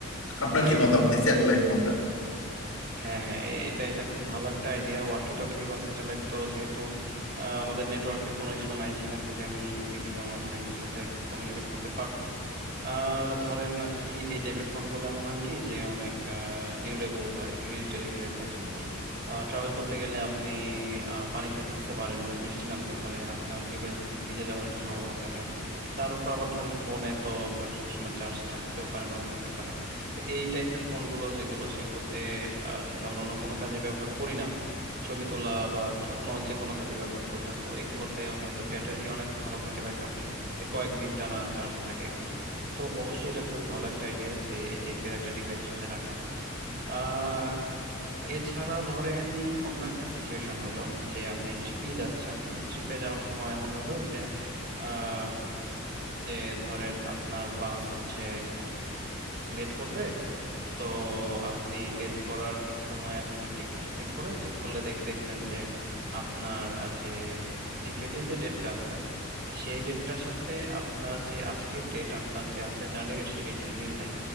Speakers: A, on the left (about 85°); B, on the right (about 50°).
A: আপনার
B: হ্যাঁ
A: কি মতামত
B: বুঝতে
A: এই
B: পারছি
A: স্যাটেলাইট
B: ভাই
A: ফোনটা
B: হ্যাঁ হ্যাঁ এ- এটা এটা খুব ভালো একটা আইডিয়া ওয়াকি টকি বা স্যাটেলাইট তো যেহেতু আহ, আমাদের নেটওয়ার্কের কোনো ইস্যু নাই সেখান থেকে আমি ইজিলি আমার ফ্রেন্ডের সাথে কমিউনিকেট করতে পারবো আর ধরেন আর কি এই টাইপের ফোনগুলো এমন হয় কি যে অনেক ডিউরেবল হয় মিলিটারি গ্রেড হয় যেমন ট্রাভেল করতে গেলে আপনি আহ, পানিতে ভিজতে পারেন বা বৃষ্টি নামতে পারে আপনার ডিভাইস ভিজে যাওয়ার একটা সম্ভাবনা থাকে তার উপর আবার ধরেন ফোনে তো ধরেন সবসময় চার্জ থাকতেও পারে নাও থাকতে পারে তো এই টাইপের ফোনগুলো যেগুলো সেগুলোতে আহ, যেহেতু আমরা অন্য কোনো কাজে ব্যবহার করি না ছবি তোলা বা আর কি অন্য যে কোনো কাজে ব্যবহার করি না সো এগুলোতে হয়তো ব্যাটারি অনেক ভালো থাকে ব্যাকআপ যে কয়েকদিন টানা চার্জ থাকে এগুলোর তো অবশ্যই এটা খুবই ভালো একটা আইডিয়া যে এই টাইপের একটা ডিভাইস সাথে রাখা আহ এছাড়া ধরেন অন্য একটা সিচুয়েশন হইলো যে আপনি ট্রিপে যাচ্ছেন ট্রিপে যাওয়ার সময় এমন হইলো যে আহ, যে ধরেন আপনার বাস হচ্ছে লেট করবে তো আপনি লেট করার সময় আর কি টিকিটটা চেক করেন চেক করলে দেখ- দেখলেন যে আপনার আহ, যে টিকিটে যে ডেটটা আছে সেই ডেটটার সাথে আপনার যে আজকের ডেট আপনার যে আজকের জার্নি ডেট সেই ডেটটার মিল নাই